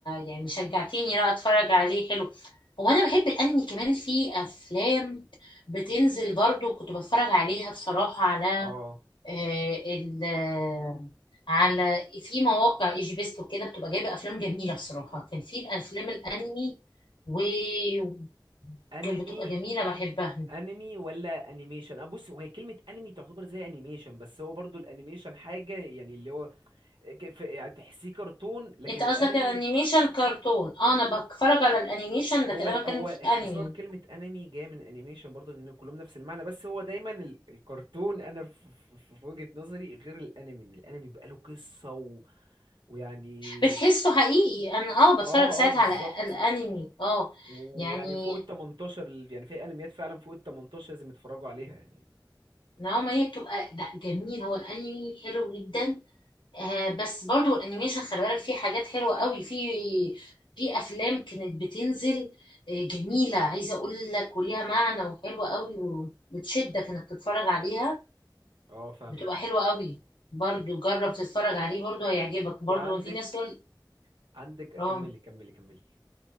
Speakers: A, on the left (about 85°); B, on the right (about 80°).
A: يعني شجعتيني لا اتفرج عليه حلو وانا بحب الانمي كمان في افلام بتنزل برضو كنت بتفرج عليها بصراحة على
B: اه
A: آه، ال آه، على في مواقع ايجي بيست وكده بتبقى جايبه افلام جميله بصراحه كان في الافلام الانمي وكانت
B: انمي
A: بتبقى جميله بحبها
B: انمي ولا انيميشن اه بص هو هي كلمة انمي تعتبر زي انيميشن بس هو برضو الانيميشن حاجة يعني اللي هو ك- في- يعني تحسيه كرتون لكن
A: انت قصدك
B: الانمي
A: الانيميشن كرتون اه انا بتفرج على الانيميشن لكن
B: هو
A: انا
B: ال-
A: بتكلم
B: هو
A: فيه
B: اختصار
A: انمي
B: كلمة انمي جاية من انيميشن برضه لان كلهم نفس المعنى بس هو دايما ال- الكرتون انا في, في, في وجهة نظري غير الانمي إن الانمي بقى له قصة و... ويعني
A: بتحسه حقيقي انا اه بتفرج
B: اه
A: ساعات
B: اه بالظبط
A: على الانمي اه
B: ويعني
A: يعني
B: فوق ال 18 ال- يعني في انميات فعلا فوق ال 18 لازم يتفرجوا عليها يعني
A: نوعا ما هي بتبقى لا جميل هو الانمي حلو جدا آه بس برضو الانيميشن خلي بالك فيه حاجات حلوه قوي في في افلام كانت بتنزل آه جميله عايزه اقول لك وليها معنى وحلوه قوي وبتشدك انك تتفرج عليها
B: اه فاهمك
A: بتبقى حلوه قوي برضو
B: إيه،
A: جرب تتفرج عليه برضو هيعجبك برضو
B: وعندك
A: ما في ناس تقول
B: عندك
A: اه
B: كملي كملي كملي